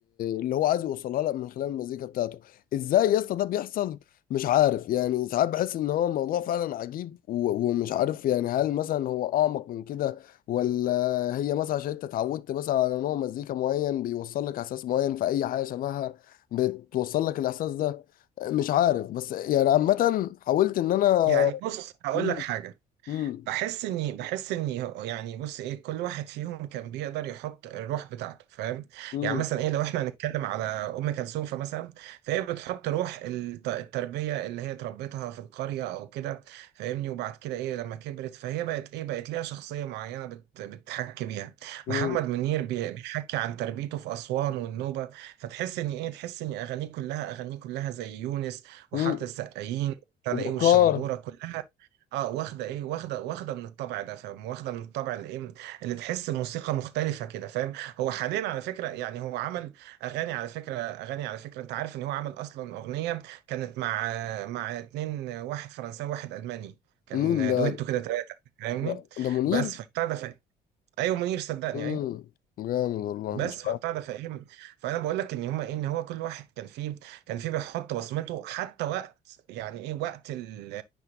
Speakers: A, on the left (about 55°); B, on the right (about 85°).
A: اللي هو عايز يوصلها لك من خلال المزيكا بتاعته ازاي يا اسطى ده بيحصل مش عارف يعني ساعات بحس ان هو الموضوع فعلا عجيب و... ومش عارف يعني هل مثلا هو اعمق من كده ولا هي مثلا عشان انت اتعودت مثلا على نوع مزيكا معين بيوصل لك احساس معين في اي حاجه شبهها بتوصل لك الاحساس ده مش عارف بس يعني عامه حاولت ان انا
B: يعني بص هقول
A: مم.
B: لك حاجة
A: مم.
B: بحس اني بحس اني هو- يعني بص ايه كل واحد فيهم كان بيقدر يحط الروح بتاعته فاهم
A: مم.
B: يعني مثلا ايه لو احنا هنتكلم على ام كلثوم فمثلا فهي بتحط روح الت- التربيه اللي هي تربتها في القريه او كده فاهمني وبعد كده ايه لما كبرت فهي بقت ايه بقت ليها شخصيه معينه بت بتحكي بيها
A: مم.
B: محمد منير بي- بيحكي عن تربيته في اسوان والنوبه فتحس ان ايه تحس ان اغانيه كلها اغانيه كلها زي يونس وحاره
A: مم.
B: السقايين ابتدى
A: وبكار
B: ايه والشمندوره كلها اه واخده ايه واخده واخده من الطبع ده فاهم واخده من الطبع اللي ايه اللي تحس موسيقى مختلفه كده فاهم هو حاليا على فكره يعني هو عمل اغاني على فكره اغاني على فكره انت عارف ان هو عمل اصلا اغنيه كانت مع مع اتنين واحد فرنساوي واحد الماني كان
A: مين ده
B: دويتو كده ثلاثه فاهمني
A: ده ده منير
B: بس فبتاع ده ف- ايوه منير صدقني
A: مم.
B: ايوه
A: جامد والله
B: بس
A: مش
B: فبتاع ده فاهم فانا بقول لك ان هما ايه ان هو كل واحد كان فيه كان فيه بيحط بصمته حتى وقت يعني ايه وقت ال